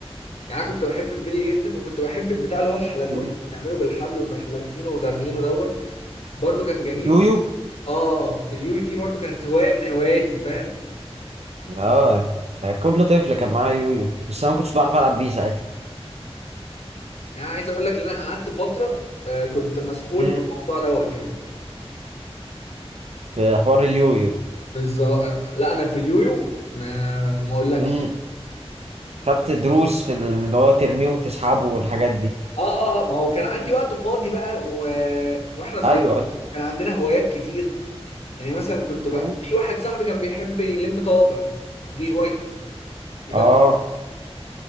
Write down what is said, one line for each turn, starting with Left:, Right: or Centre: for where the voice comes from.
Left: يعني انا كنت بحب البلي جدا وكنت بحب البتاع اللي هو الحلزون
Right: مم.
Left: اللي بنعمله بالحبل ونروح لافينه ورامينه دوت برضو كان جميل
Right: يويو
Left: اه اليوي دي برضو كانت هوايه من هواياتي فاهم
Right: اه كل طفل كان معاه يويو بس انا ما كنتش بعرف العب بيه ساعتها
Left: يعني عايز اقول لك ان انا قعدت فتره آه كنت مسحول
Right: مم.
Left: في الموضوع دوت يعني
Right: في حوار اليويو
Left: بالظبط لا انا في اليويو ما ما اقولكش
Right: مم. خدت دروس في اللي هو ترميه وتسحبه والحاجات دي
Left: اه اه آه، ما هو كان عندي وقت فاضي بقى و... واحنا صغيرين
Right: ايوه ايوه
Left: وكان عندنا هوايات كتير يعني مثلا كنت بقى
Right: مم.
Left: في واحد صاحبي كان بيحب يلم طوابع دي هوايته يجمع
Right: اه